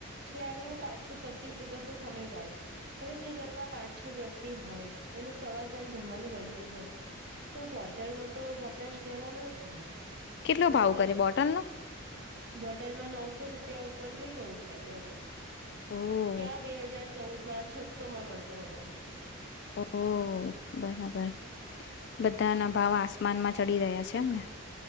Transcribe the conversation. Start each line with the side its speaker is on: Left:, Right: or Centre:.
Right: છે અને પાછો પચીસ દિવસનો સમયગાળો હવે જે ઘરમાં પાંચ છ વ્યક્તિ હોય એનું સવાર સાંજ જમવાનું બનતું હોય તો બોટલનોો તો વપરાશ રહેેવાનો જ ને.
Left: કેટલો
Right: એમાં
Left: ભાવ
Right: પ
Left: કરે બોટલનો?
Right: બોટલમાં નવસો રૂપિયા ઉપર થઇ ગયું છે. વધ્યા ત્યારે
Left: ઓ
Right: ક્યાં બે હજાર. ચૌદ માં છસો માં મળતો હતો.
Left: ઓહો બરાબર બધાના ભાવ આસમાનમાં ચડી રહ્યા છે એમને.